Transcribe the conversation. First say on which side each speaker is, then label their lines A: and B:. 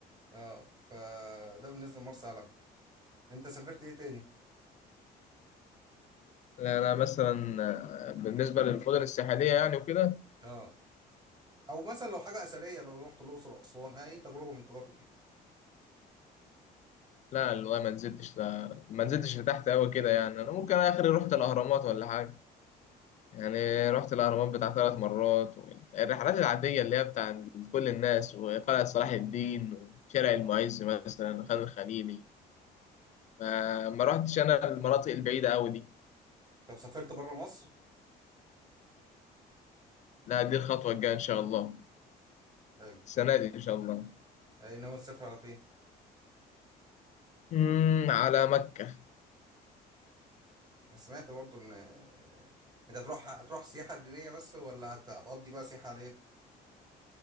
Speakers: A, on the right; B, on the left.
A: اه فده بالنسبه لمرسى علم انت سافرت ايه تاني
B: لا انا مثلا آه، بالنسبة للمدن الساحلية يعني وكده
A: اه او مثلا لو حاجه اثريه لو رحت الاقصر واسوان اي تجربه من التجارب دي
B: لا والله ما نزلتش لا ما نزلتش لتحت قوي كده يعني انا ممكن اخر رحت الاهرامات ولا حاجة يعني رحت الأهرامات بتاع ثلاث مرات والرحلات العادية اللي هي بتاع كل الناس وقلعة صلاح الدين وشارع المعز مثلا خان الخليلي ما, ما رحتش أنا المناطق البعيدة أوي دي
A: طب سافرت بره مصر
B: لا دي الخطوة الجاية إن شاء الله
A: حلو
B: السنة دي إن شاء الله
A: اي ناوي تسافر على فين
B: أمم، على مكة
A: أنا سمعت برضه ان آه، انت هتروح هتروح سياحه دينيه بس ولا هت... هتقضي بقى سياحه عليه